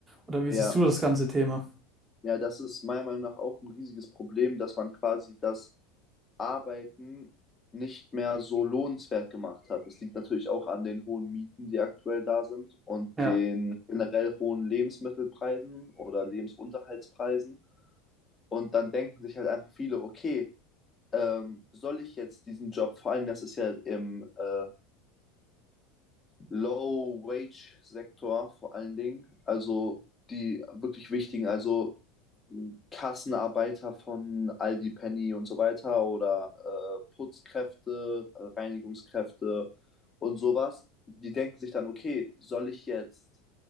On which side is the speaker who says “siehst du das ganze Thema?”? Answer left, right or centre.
Right